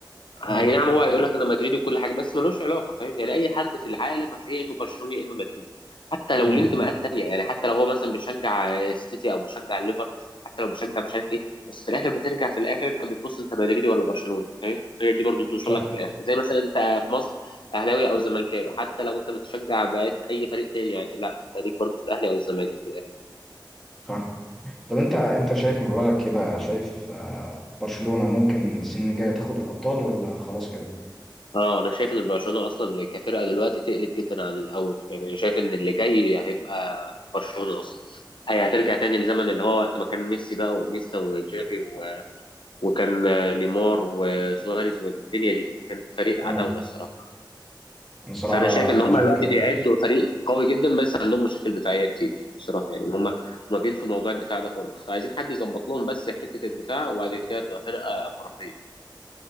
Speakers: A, in the centre; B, on the left.
A: مم.
B: اي نعم هو هيقول لك انا مدريدي وكل حاجه بس ملوش علاقه فاهم يعني اي حد في العالم هتلاقيه يا اما برشلوني يا اما مدريدي حتى لو
A: مم.
B: ليه انتماءات تانيه يعني حتى لو هو مثلا بيشجع السيتي او بيشجع الليفر حتى لو بيشجع مش عارف ايه بس في الاخر بترجع في الاخر انت بتبص انت مدريدي ولا برشلوني فاهم هي دي برضو توصل
A: صح
B: لك في الاخر زي مثلا انت في مصر اهلاوي او زملكاوي حتى لو انت بتشجع بقيت اي فريق تاني يعني لا انت ليك برضو في الاهلي او الزمالك
A: صح طب انت انت شايف من رأيك كده شايف آه، برشلونة ممكن السنين الجاية تاخد الأبطال ولا خلاص كده؟
B: اه انا شايف ان برشلونه اصلا كفرقه دلوقتي تقلت جدا عن الاول يعني أنا شايف ان اللي جاي هيبقى برشلونه اصلا هي هترجع تاني لزمن اللي هو وقت ما كان ميسي بقى وانيستا وجافي و... وكان نيمار وسواريز والدنيا دي كان فريق
A: مم.
B: عتاوله الصراحه
A: انا صراحة
B: فانا شايف ان
A: انا
B: هم
A: شايف
B: دلوقتي
A: كده
B: بيعدوا
A: برضه
B: فريق قوي جدا بس عندهم مشاكل دفاعيه كتير الصراحه يعني هم ما بينسوا موضوع الدفاع ده خالص فعايزين حد يظبط لهم بس حته الدفاع وبعد كده تبقى فرقه خرافيه